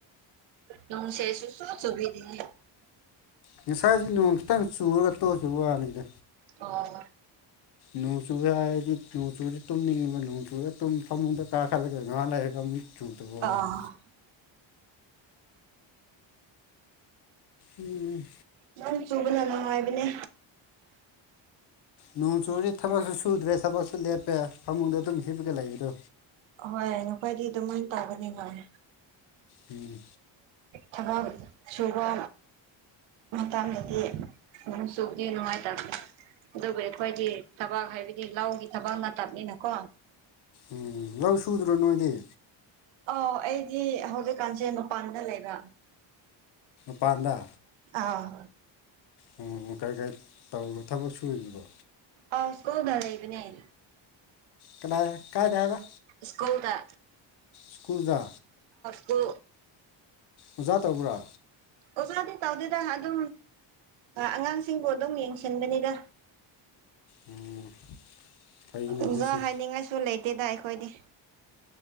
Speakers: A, on the right (about 75°); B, on the left (about 55°).
A: ꯅꯨꯡꯁꯦ ꯁ ꯁꯨꯕꯤꯔꯤꯅꯦ
B: ꯉꯁꯥꯏꯁꯤ ꯅꯣꯡ ꯈꯤꯇꯪ ꯆꯨꯔꯒ ꯇꯣꯛꯈꯤꯕ ꯋꯥꯅꯤꯗ
A: ꯑꯣ
B: ꯅꯣꯡꯆꯨꯒ ꯍꯥꯏꯔꯗꯤ ꯅꯣꯡꯆꯨꯗꯤ ꯇꯨꯝꯅꯤꯡꯉꯕ ꯅꯣꯡꯆꯨꯒ ꯁꯃꯨ ꯗ ꯀꯥ ꯈꯥꯂꯒꯦ ꯉ ꯂꯩꯦ ꯑꯦꯒꯝꯆꯨ ꯇꯧꯕꯣꯥꯏ
A: ꯑꯥ
B: ꯎꯝ
A: ꯅꯪ ꯆꯨꯕꯅꯅ ꯍꯥꯏꯕꯅꯦ
B: ꯅꯣꯡ ꯆꯨꯔꯤ ꯊꯕꯛꯁꯨ ꯁꯨꯗ꯭ꯔꯦ ꯊꯕꯛꯁꯨ ꯂꯦꯞꯄꯦ ꯐꯃꯨꯡꯗ ꯑꯗꯨꯝ ꯍꯕꯗ ꯂꯩꯕꯗꯣ
A: ꯍꯣꯏ ꯅꯈꯣꯏꯗꯤ ꯑꯗꯨꯃꯥꯏꯅ ꯇꯥꯒꯅꯤ ꯍꯣꯏ
B: ꯎꯝ
A: ꯊꯕꯛ ꯁꯨꯕ ꯃꯊ ꯃꯗꯤ ꯑꯗꯨ ꯁꯗꯤꯅꯅꯨꯡꯉꯥꯏ ꯇꯦ ꯑꯗꯨꯕꯨ ꯑꯩꯈꯣꯏꯗꯤ ꯊꯕꯥꯛ ꯍꯥꯏꯕꯗꯤ ꯂꯒꯤ ꯊꯕꯛ ꯅꯠꯇꯕꯅꯤꯅꯀꯣ
B: ꯎꯝ ꯂꯧ ꯁꯨꯗ꯭ꯔꯣ ꯅꯣꯏꯗꯤ
A: ꯑ ꯑꯩꯗꯤ ꯍꯧꯖꯤꯛꯀꯥꯟꯁꯦ ꯃꯄꯥꯟꯗ ꯂꯩꯕ
B: ꯄꯥꯟꯗꯥ
A: ꯑꯥ
B: ꯑꯣ ꯑꯣ ꯀꯥꯏ ꯀꯥꯏ ꯇ ꯊꯥꯕ ꯁꯣꯏꯕꯤꯔꯤꯕ
A: ꯑꯥꯎꯁꯀꯣꯗꯗꯏꯕ ꯑ
B: ꯀꯗꯥ ꯀꯥꯏ ꯗ꯭ꯔꯥꯏꯚꯔ
A: ꯁ꯭ꯀꯨꯜꯗ
B: ꯁ꯭ꯀꯨꯗ
A: ꯍꯨ
B: ꯑꯣꯖꯥ ꯇꯧꯕ꯭ꯔꯥ
A: ꯑꯣꯖꯥꯗ ꯇꯥꯎꯗꯗ ꯑꯗꯨ ꯑꯉꯥꯡꯁꯤꯡꯕꯨ ꯑꯗꯨꯝ ꯌꯦꯡꯁꯤꯟꯕꯅꯤꯗ
B: ꯎꯝ ꯐꯩꯅꯦ ꯑꯗꯨꯁꯨ
A: ꯑꯣꯖꯥ ꯍꯥꯏꯅꯤꯡꯉꯥꯏꯁꯨ ꯂꯩꯇꯦꯗ ꯑꯩꯈꯣꯏꯗꯤ